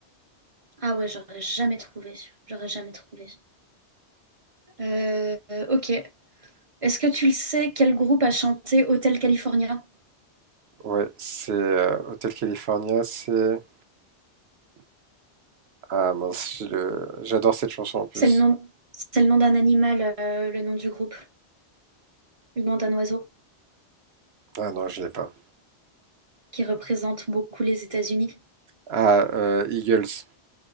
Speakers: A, on the right (about 35°); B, on the right (about 65°).
A: Ah ouais, j'aurais jamais trouvé. J'aurais jamais trouvé. Euh, euh, ok. Est-ce que tu le sais, quel groupe a chanté Hotel California?
B: Ouais, c'est euh, Hotel California, c'est... Ah mince, je- euh, j'adore cette chanson en plus.
A: C'est le nom, c'est le nom d'un animal, euh, le nom du groupe, le nom d'un oiseau
B: Ah non, je l'ai pas.
A: qui représente beaucoup les États-Unis.
B: Ah, euh, Eagles.